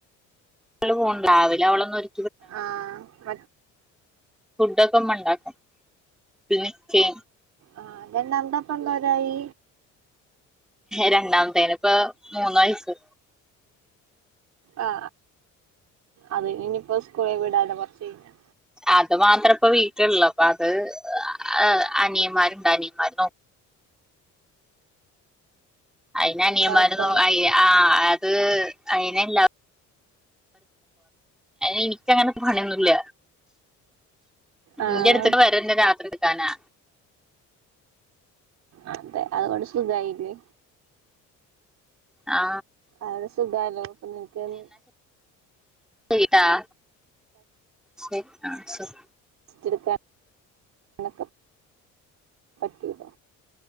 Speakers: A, in the centre; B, on the right (about 60°).
A: ള് പോണ്ട് രാവിലെ അവളൊന്നൊര്
B: ആ മ
A: ഫുഡൊക്കെ മ്മണ്ടാക്കും പിന്നെ ചേ
B: ആ രണ്ടാമത്തെപ്പന്തോരായി
A: രണ്ടാമത്തേന്പ്പ മൂന്ന് വയസ്സ്
B: ആ അതിനിനിപ്പോ സ്കൂളിൽ വിടാലോ കൊർച്ചയ്ഞ്ഞാ
A: അത് മാത്രപ്പ വീട്ടിൽള്ളു അപ്പ അത് ആ അനിയമ്മാര്ണ്ട്‌ അനിയമ്മാര് നോ അയ്ന് അനിയമ്മാര്
B: കൊഴപ്പല്ല
A: നോ അയ് ആ അത് അയ്നല്ല എനിക്കങ്ങനെ പണിയൊന്നുല്ല
B: ആഹ്
A: ഇന്റെട്ത്ക്ക് വരന്നെ രാത്രിട്ക്കാനാ
B: അതെ അതുകൊണ്ട് സുഖായില്ലേ
A: ആ
B: അത് സുഖയലോ അപ്പൊ ങ്ങക്ക്ന്ന്
A: ട്ടാ ശെരി ആ ശെരി
B: സ്‌റ്റ്ട്ക്ക ണക്കം പറ്റൂല